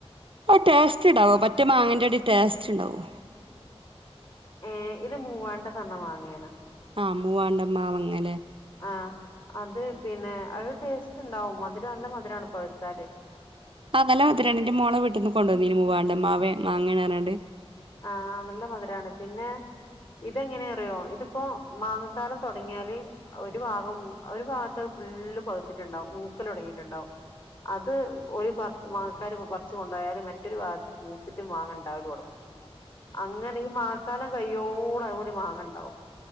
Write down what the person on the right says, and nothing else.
ടേസ്റ്റ്ണ്ടാവ്വോ മറ്റേ മാങ്ങൻ്റാടി ടേസ്റ്റ്ണ്ടാവ്വോ?
ആഹ് മൂവാണ്ടമാവങ്ങലേ.
ആഹ് നല്ലെ മധിരാണ്ന്റെ മോളെ വിട്ട്ന്ന് കൊണ്ടോന്നിനി മൂവാണ്ടെ മാവേ മാങ്ങ്യാണ്ന്നറങ്ങാണ്ട്.